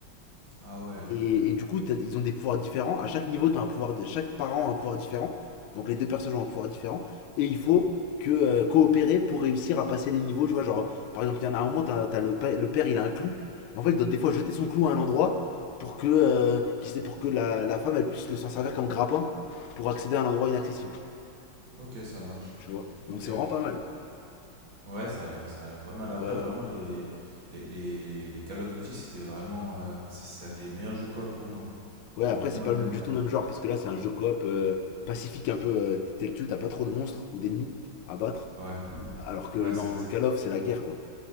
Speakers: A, on the right; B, on the left.
A: Ah ouais,
B: Et, et du coup, t'as- ils ont des pouvoirs différents. À chaque niveau, t'as un pouvoir, di- chaque parent a un pouvoir différent. Donc les deux personnages ont un pouvoir différent. Et il faut que euh, coopérer pour réussir à passer les niveaux. Tu vois, genre, par exemple, il y en a un moment, t'as, t'as le, pa- le père, il a un clou. Et en fait, il doit des fois jeter son clou à un endroit pour que, euh, qu'il sait- pour que la, la femme, elle puisse le s'en servir comme grappin pour accéder à un endroit inaccessible.
A: ok, ça marche.
B: Tu vois.
A: Ok.
B: Donc c'est vraiment pas mal.
A: Ouais, ça a l'air, ça a l'air pas mal. Après,
B: Ouais, ouais.
A: vraiment,
B: Ouais,
A: les, les, les, les Call of Duty, c'était vraiment. euh, c'est c'est un des meilleurs jeux coop pour moi,
B: Ouais,
A: honnêtement.
B: après, c'est pas
A: Et même.
B: le- du
A: euh,
B: tout le même genre. Parce que là, c'est un jeu coop euh, pacifique un peu euh, tech-tu. T'as pas trop de monstres ou d'ennemis à battre.
A: Ouais,
B: Alors que
A: ouais,
B: dans
A: c'est. c'est-
B: Call of, c'est la guerre, quoi.